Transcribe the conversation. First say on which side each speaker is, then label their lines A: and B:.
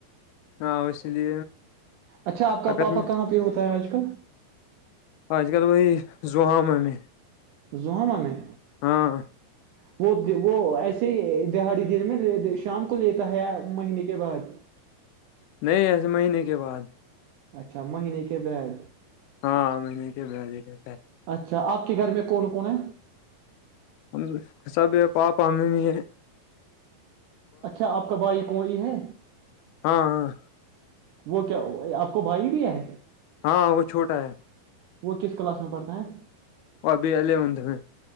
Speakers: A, on the left; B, on the right.
A: ہ آوش لے
B: اچھا آپ کا
A: اگر
B: پاپا
A: میں
B: کہاں پہ ہوتا ہے آج کل
A: آج کل وہی زحام ہے میں
B: زہامہ میں
A: ہاں
B: وہ وہ ایسے ہی دہاڑی دیر میں شام کو لیتا ہے مہینے کے بعد
A: نہیں ایسے مہینے کے بعد
B: اچھا مہینے کے بد
A: ہاں مہنے کے ب آج جتا ہے
B: اچھا آپ کے گھر میں کون کون ہے
A: ہم سب ہے پاپ ہم بھی ہیں
B: اچھا آپ کا بھائی کوئی ہے
A: ہاں ہاں
B: وہ کیا آپ کو بھائی بھی ہے
A: ہاں وہ چھوٹا ہے
B: وہ کس کلاس میں پڑھتا ہیں
A: وہ ابھی علی مند میں